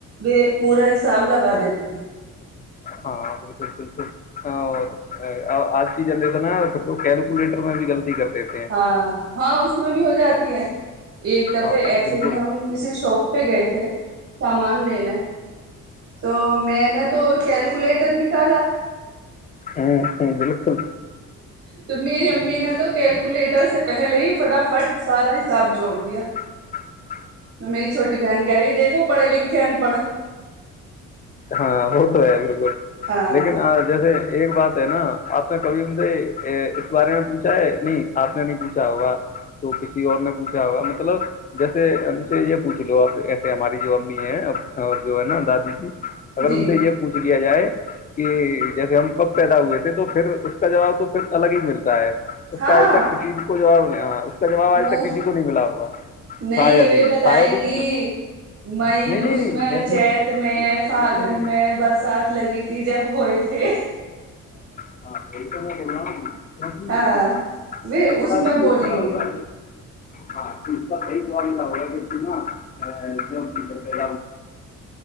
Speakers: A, on the right (about 45°); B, on the left (about 30°).
A: و پورا حساب لگا دیتی تھی
B: ہاں بالکل بالکل اور آج کی جنریشن پھر تو کیلکولیٹر میں بھی غلطی کرتے تھے
A: ہاں ہاں اس میں بھی ہو جاتی ہے ایک دفعے
B: ہاں
A: ایسے
B: بالکل
A: ہی ہم کسی شاپ پہ گئے تھے سامان لینے تو میں نے تو کیلکولیٹر نکالا
B: ہاں ہ بالکل
A: تو میری امی نے تو کیلکولیٹر سے پہلے ہی فٹافٹ سارا حساب جوڑ دیا
B: جچ
A: تو میری چھوٹی بہن کہہ رہی دیکھو پڑھے لکھ کے ان پڑھ
B: ہاں وہ تو ہے بالکل
A: ہاں
B: لیکن آج جیسے ایک بات ہے نا آپ نے کبھی ان سے اس بارے میں پوچھا ہے نہیں آپ نے نہیں پوچھا ہوگا تو کسی اور نے پوچھا ہوگا مطلب جیسے ہم سے یہ پوچھ لو آپ ایسے ہماری جو امی ہے اور جو ہے نا دادی جی اگر
A: جی
B: ان سے یہ پوچھ لیا جائے کہ جیسے ہم کب پیدا ہوئے تھے تو پھر اس کا جواب تو پھر الگ ہی ملتا ہے اس
A: ہاں
B: کا آج تک کسی کو جواب نہیں اس کا جواب آج
A: وہ
B: تک کسی کو نہیں ملا ہوگا
A: نہیں
B: شاید
A: وہ
B: ہی
A: بتائیں
B: شاید ہی
A: گی میں
B: نہیں
A: اس
B: نہیں
A: میں
B: ویسے
A: چیت میں
B: وہی
A: پاگن
B: تو
A: میں برسات لگی تھی جب ہوئے تھے
B: ہاں وکم کو
A: ہاں و اس
B: بہ
A: میں بولیں
B: ہوگا
A: گی
B: ہاںپ ستول وہ کےتینا ا ایا سٹیک